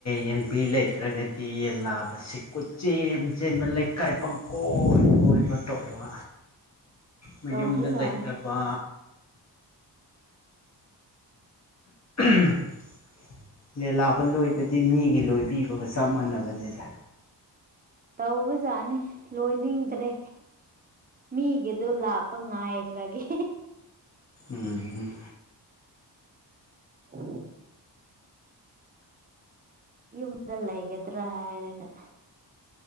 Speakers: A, on the left; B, on the right.
A: ꯌꯦꯟꯕꯤ ꯂꯩꯇ꯭ꯔꯒꯗꯤ ꯌꯦꯟ ꯂꯥꯕꯁꯤ ꯀꯣꯏꯠꯆꯦꯟ ꯆꯦꯟ ꯂꯩꯀꯥꯏ ꯄꯪꯀꯣꯏ ꯀꯣꯏꯕ ꯇꯧꯕ ꯃꯌꯨꯝꯗ
B: ꯇꯧꯕꯖꯥꯠꯅꯤ
A: ꯂꯩꯇꯕ <inaudible> ꯃꯦꯂꯥꯕ ꯂꯣꯏꯕꯗꯤ ꯃꯤꯒꯤ ꯂꯣꯏꯕꯤꯕꯒ ꯆꯞ ꯃꯥꯟꯅꯕꯅꯤꯗ
B: ꯇꯧꯕꯖꯥꯠꯅꯤ ꯂꯣꯏꯅꯤꯡꯗ꯭ꯔꯦ ꯃꯤꯒꯤꯗꯣ ꯂꯥꯛꯄ ꯉꯥꯏꯈ꯭ꯔꯒꯦ
A: ꯎꯝ
B: ꯑꯣ ꯌꯨꯝꯗ ꯂꯩꯒꯗ꯭ꯔꯥ ꯍꯥꯏꯔꯒ